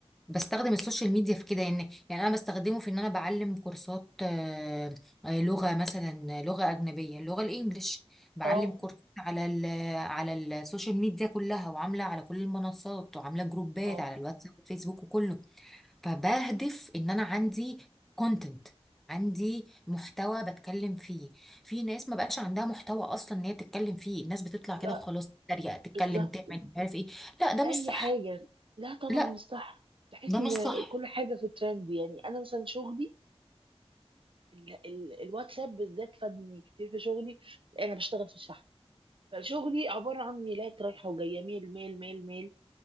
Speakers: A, in the centre; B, on the right (about 55°).
A: بستخدم السوشيال ميديا في كده يعني يعني انا بستخدمه في ان انا بعلم كورسات آه، آه، لغه مثلا لغه اجنبيه اللغه الانجليش بعلم
B: اه
A: كورسات على ال على السوشيال ميديا كلها وعامله على كل المنصات وعامله جروبات
B: اه
A: على الواتساب والفيسبوك وكله فبهدف ان انا عندي كونتنت عندي محتوى بتكلم فيه في ناس ما بقاش عندها محتوى اصلا ان هي تتكلم فيه الناس بتطلع
B: لا
A: كده وخلاص تتريق تتكلم
B: بالظبط
A: تعمل مش عارف ايه لا ده
B: اي
A: مش صح
B: حاجه لا طبعا
A: لا
B: مش صح بحس
A: ده
B: ان
A: مش صح
B: كل حاجه في ترند يعني انا مثلا شغلي ال- ال- الواتساب بالذات فادني كتير في شغلي انا بشتغل في الشحن فشغلي عباره عن ميلات رايحه وجايه ميل ميل ميل ميل